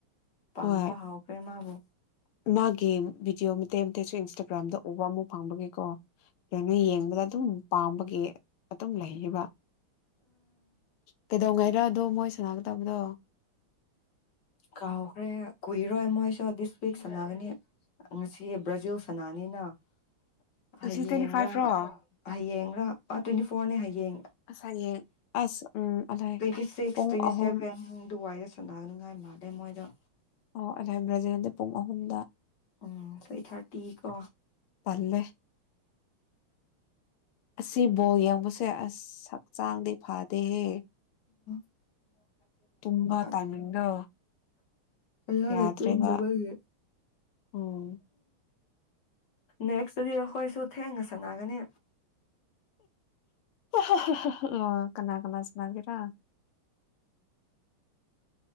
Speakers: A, on the left; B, on the left.
A: ꯄꯥꯝꯕ
B: ꯍꯣꯏ
A: ꯍꯧꯈ꯭ꯔꯦ ꯃꯥꯕꯨ
B: ꯃꯥꯒꯤ ꯚꯤꯗꯤꯑꯣ ꯃꯇꯦꯛ ꯃꯇꯦꯛꯁꯨ ꯏꯟꯁꯇꯥꯒ꯭ꯔꯝꯗ ꯎꯕ ꯑꯃꯨꯛ ꯐꯪꯕꯒꯤꯀꯣ ꯑꯗꯨꯩꯅ ꯌꯦꯡꯕꯗ ꯑꯗꯨꯝ ꯄꯥꯝꯕꯒꯤ ꯃꯇꯨꯡ ꯂꯩꯔꯤꯕ ꯀꯩꯗꯧꯉꯩ ꯑꯗꯨꯣ ꯃꯣꯏ ꯁꯅꯥꯒ ꯇꯕꯗꯣ
A: ꯀꯥꯎꯈ꯭ꯔꯦ ꯀꯨꯏꯔꯣꯏ ꯃꯣꯏꯁꯨ ꯗꯤꯁ ꯋꯤꯛ ꯁꯥꯟꯅꯒꯅꯤ ꯉꯁꯤ ꯕ꯭ꯔꯥꯖꯤꯜ ꯁꯅꯥꯅꯤꯅ
B: ꯉꯁꯤ
A: ꯍꯌꯦꯡꯔꯥ
B: ꯇ꯭ꯋꯦꯟꯇꯤ ꯐꯥꯏꯚ ꯔꯣ
A: ꯍꯌꯦꯡꯔꯥ ꯇ꯭ꯋꯦꯟꯇꯤ ꯐꯣꯔꯅꯦ ꯍꯌꯦꯡ
B: ꯑꯁ ꯍꯌꯦꯡ ꯑꯁ ꯎꯝ ꯑꯂꯥꯏ
A: ꯇ꯭ꯋꯦꯟꯇꯤ ꯁꯤꯛꯁ
B: ꯄꯨꯡ
A: ꯇ꯭ꯋꯦꯟꯇꯤ
B: ꯑꯍꯨꯝ
A: ꯁꯦꯚꯦꯟ ꯗꯨꯋꯥꯏꯗ ꯁꯅꯥꯅꯉꯥꯏ ꯃꯥꯥꯟꯗꯩ ꯃꯣꯏꯗ
B: ꯑꯣ ꯑꯗꯥꯏ ꯭ꯔꯖꯗ ꯄꯨꯡ ꯑꯍꯨꯝꯗ
A: ꯎꯝ ꯊ꯭ꯔꯤ ꯊꯥꯔꯇꯤ ꯀꯣ
B: ꯄꯜꯂꯦ ꯑꯁꯤ ꯑꯁꯤ ꯃꯣꯜ ꯌꯦꯡꯕꯁꯦ ꯑꯁ ꯍꯛꯆꯥꯡꯗꯤ ꯐꯗꯦꯍꯦ
A: <inaudible>
B: ꯇꯨꯝꯕ
A: ꯍꯣꯏ
B: ꯇꯥꯏꯃꯤꯡꯗꯣ
A: <unintelligible>
B: ꯌꯥꯗ꯭ꯔꯦꯕ
A: ꯇꯨꯝꯗꯕꯒꯤ
B: ꯎꯝ
A: ꯅꯦꯛꯁꯇꯨꯗꯤ ꯑꯩꯈꯣꯏꯁꯨ ꯊꯦꯡꯅ ꯁꯥꯟꯅꯒꯅꯤ
B: ꯑ ꯑꯣ ꯀꯅꯥ ꯀꯅꯥ ꯁꯅꯥꯒꯦꯔꯥ